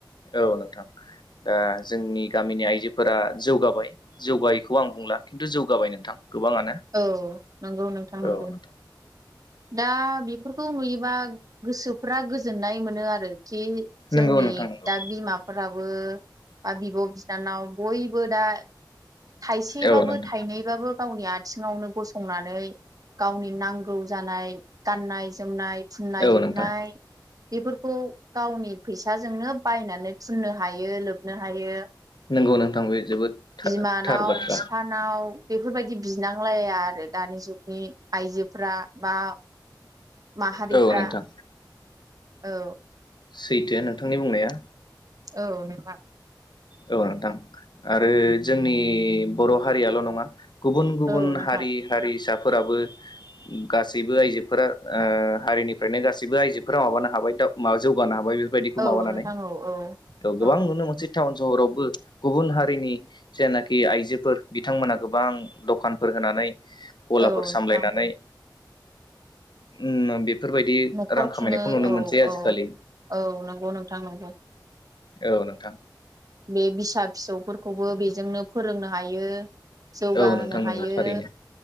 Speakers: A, on the left; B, on the right.
A: औ नोंथां दा जोंनि गामिनि आइजोफोरा जौगाबाय जौगायैखौ आं बुंला खिन्थु जौगाबाय नोंथां गोबाङानो
B: औ नंगौ नोंथां नंगौ
A: औ नोंथां
B: दा बेफोरखौ नुयोबा गोसोफ्रा गोजोननाय मोनो आरो खि जोंनि
A: नंगौ नोंथां नंगौ
B: दा बिमाफोराबो बा बिब' बिनानाव बयबो दा थाइसेबाबो
A: औ नोंथां
B: थाइनैबाबो गावनि आ नो गंनानै गावनि नांगौ जानाय गनाय जोमनाय फुननाय,
A: औ
B: लोबनाय
A: नोंथां
B: बेफोरखौ गावनि फैसाजोंनो बायनानै फुननो हायो, लोबनो हायो,
A: नंगौ नोंथां बे जोबोद था
B: बिमानाव-बिफानाव
A: थार बाथ्रा
B: बेफोरबायदि बिनांलाया आरो दानि जुगनि आइजोफोरा बा माहारिफ्रा
A: औ नोंथां
B: औ
A: सैथो नोंथांनि बुंनाया,
B: औ नोंथां
A: औ नोंथां आरो जोंनि बर' हारियाल' नंङा, गुबुन-गुबुन,
B: औ नोंथां
A: हारि-हारिसाफोर फोराबो गासैबो आइजोफोरा ओ हारिनिफ्रायनो गासैबो आइजोफोरा माबानो हाबाय, जौगानो हाबाय बेफोर बायदिखौ
B: औ
A: माबानै
B: नोंथां औ औ
A: गोबां
B: औ
A: नुनोमोनसै, टाउन स'हरावबो गुबुन हारिनि जेनाखि आइजोफोर बिथांमोना गोबां दखानफोर होनानै गलाफोर
B: औ
A: सामलायनानै
B: नोंथां
A: <inaudible> बेफोरबायदि
B: न'खर
A: रां खामायनायखौ
B: खुङो
A: नुनो
B: औ
A: मोनसै आजि-खालि,
B: औ औ नंगौ नोंथां नंगौ
A: औ नोंथां,
B: बे बिसा-फिसौफोरखौबो बेजोंनो फोरोंनो हायो, जौगाहोनो
A: औ नोंथां नंगौ
B: हायो,
A: थारैनो